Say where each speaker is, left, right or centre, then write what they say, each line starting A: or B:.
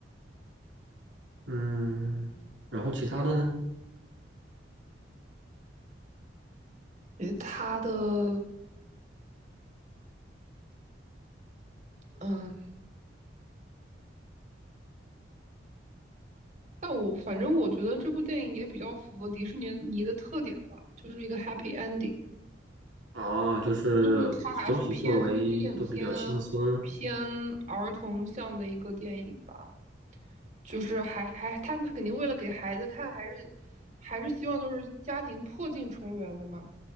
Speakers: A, on the right; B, on the right.
A: 嗯，然后其他的呢？
B: 也他的，嗯，但我反正我觉得这部电影也比较符合迪士尼尼的特点吧，就是一个 happy ending，
A: 哦，就是总体氛围都比较轻松。
B: 就是它还是偏有点偏偏儿童向的一个电影吧。就是还还他们肯定为了给孩子看，还是还是希望就是家庭破镜重圆的嘛。